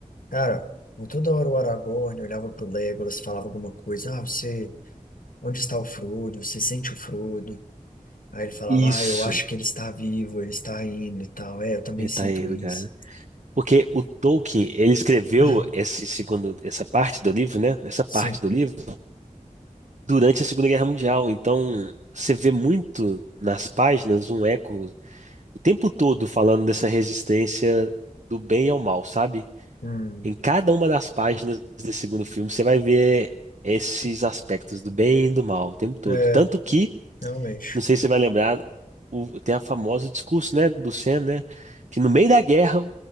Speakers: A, on the left; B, on the right.
A: Cara, toda hora o Aragorn olhava pro Legolas, falava alguma coisa, ah, você, onde está o Frodo? Você sente o Frodo? Aí ele falava,
B: Isso,
A: ah, eu acho que ele está vivo, ele está indo e tal. É, eu também
B: ele
A: sinto
B: tá indo,
A: isso.
B: cara. Porque o Tolkien, ele escreveu
A: <laughs>
B: esse segundo, essa parte do livro, né? Essa parte
A: Sim.
B: do livro durante a Segunda Guerra Mundial. Então, você vê muito nas páginas um eco o tempo todo falando dessa resistência do bem ao mal, sabe?
A: Hum.
B: Em cada uma das páginas desse segundo filme, você vai ver esses aspectos do bem e do mal o tempo todo.
A: É,
B: Tanto que,
A: realmente.
B: não sei se você vai lembrar, o- tem a famosa discurso, né, do Sam, né, que no meio da guerra,